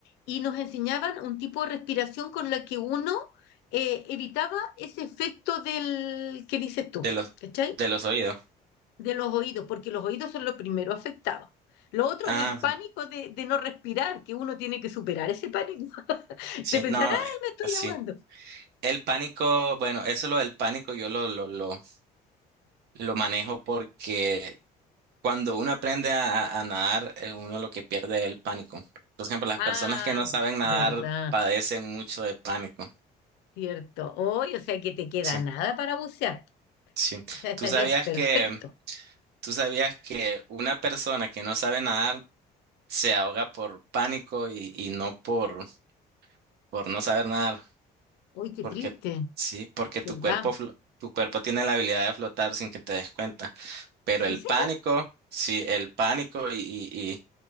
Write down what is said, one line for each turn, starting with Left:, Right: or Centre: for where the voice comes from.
Left: y nos enseñaban un tipo de respiración con la que uno eh, evitaba ese efecto del que dices tú,
Right: de los,
Left: ¿cachai?
Right: de los oídos.
Left: De los oídos, porque los oídos son los primeros afectados. Lo otro
Right: Ah,
Left: es el pánico
Right: sí.
Left: de, de no respirar, que uno tiene que superar ese pánico, <laughs>
Right: Sí,
Left: de pensar,
Right: no,
Left: ay,
Right: eh,
Left: me estoy
Right: sí.
Left: ahogando.
Right: El pánico, bueno, eso lo del pánico yo lo, lo, lo, lo manejo porque cuando uno aprende a, a a nadar, eh, uno lo que pierde es el pánico. Por ejemplo, las
Left: Ah,
Right: personas que no saben nadar
Left: verdad,
Right: padecen mucho de pánico.
Left: Cierto. Hoy, o sea que te queda
Right: Sí.
Left: nada para bucear.
Right: Sí.
Left: O sea, estarías
Right: ¿Tú sabías
Left: perfecto.
Right: que, tú sabías que una persona que no sabe nadar se ahoga por pánico y, y no por, por no saber nadar?
Left: Uy, qué
Right: Porque,
Left: triste,
Right: sí, porque tu
Left: ¿verdad?
Right: cuerpo, flo- tu cuerpo tiene la habilidad de flotar sin que te des cuenta. Pero
Left: ¿En
Right: el
Left: serio?
Right: pánico, sí, el pánico y, y,